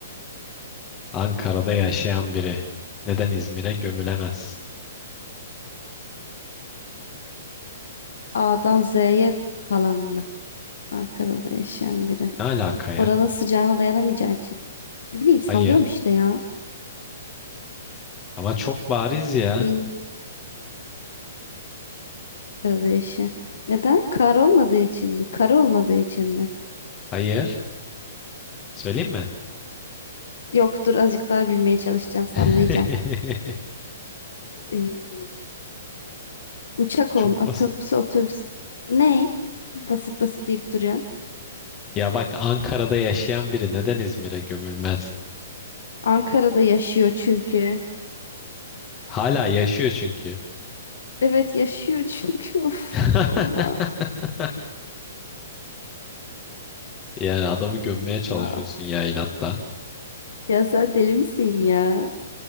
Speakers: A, on the left (about 25°); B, on the left (about 75°).
A: Ankara'da yaşayan biri neden İzmir'e gömülemez?
B: A'dan Z'ye falan mı? Ankara'da yaşayan biri.
A: Ne alaka ya?
B: Oranın sıcağına dayanamayacağı için. Ne bileyim sallıyorum
A: Hayır.
B: işte ya.
A: Ama çok bariz ya.
B: bin arada yaşı. Neden? Kar olmadığı için mi? Kar olmadığı için mi?
A: Hayır. Söyleyeyim mi?
B: Yoktur azıcık daha bilmeye çalışacağım
A: <laughs>
B: sallayacağım. Ee, uçak
A: Çok
B: olm otobüs
A: basit.
B: otobüs. Ney? Basit basit deyip duruyorsun.
A: Ya bak Ankara'da yaşayan biri neden İzmir'e gömülmez?
B: Ankara'da yaşıyor çünkü.
A: Hala yaşıyor çünkü.
B: Evet yaşıyor çünkü. <laughs> Of
A: <laughs>
B: Allah.
A: Yani adamı gömmeye çalışıyorsun
B: Aa.
A: ya inatla.
B: Ya sen deli misin ya?